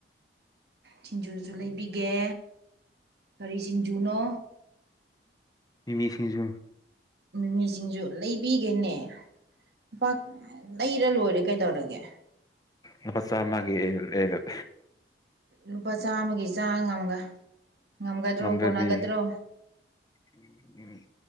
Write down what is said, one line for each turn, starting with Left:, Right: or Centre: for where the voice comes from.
Right: ꯁꯤꯡꯖꯨꯁꯨ ꯂꯩꯕꯤꯒꯦ ꯀꯔꯤ ꯁꯤꯡꯖꯨꯅꯣ
Left: ꯃꯤꯃꯤꯁꯤꯡꯖꯨ
Right: ꯃꯤꯃꯤꯁꯤꯡꯖꯨ ꯂꯩꯕꯤꯒꯦꯅꯦ ꯄꯥ ꯂꯩꯔ ꯂꯣꯏꯔꯦ ꯀꯩꯗꯧꯔꯒꯦ
Left: ꯂꯨꯄꯥ ꯆꯥꯝꯃꯒꯤ ꯂꯩꯔ‌ꯣ
Right: ꯂꯨꯄꯥ ꯆꯥꯝꯃꯒꯤ ꯆꯥ ꯉꯝꯒ ꯉꯝꯒꯗ꯭ꯔꯣ
Left: ꯉꯝꯗ꯭ꯔꯗꯤ
Right: ꯀꯣꯟꯅꯒꯗ꯭ꯔꯣ
Left: ꯎꯝ